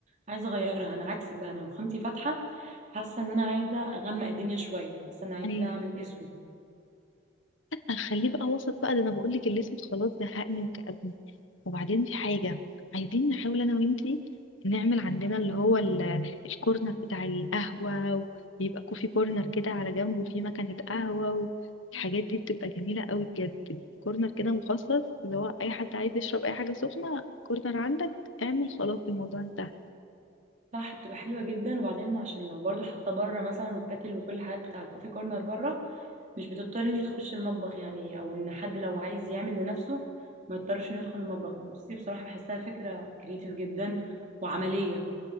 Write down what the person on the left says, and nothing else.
يعني
اخليه بقى وسط بقى ده انا بقولك الاسود خلاص زهقني وكأبني وبعدين في حاجة عايزين نحاول انا وانتي نعمل عندنا اللي هو ال- الكورنر بتاع القهوة ويبقى كوفي كورنر كده على جنبه فيه مكنة قهوة والحاجات دي بتبقى جميلة قوي بجد كورنر كده مخصص اللي هو اي حد عايز يشرب اي حاجة سخنة كورنر عندك اعمل خلاص الموضوع انتهى